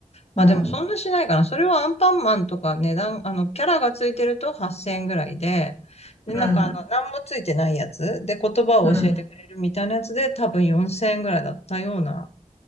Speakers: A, on the left (about 50°); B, on the left (about 25°).
A: まあでもそんなしないかな。
B: うん。
A: それはアンパンマンとか値段、あの、キャラがついてると8000円ぐらいで、で、
B: うん。
A: なんかあの、何もついてないやつで言葉を教えてくれるみたいなやつで多分4000円ぐらいだったような、
B: うん。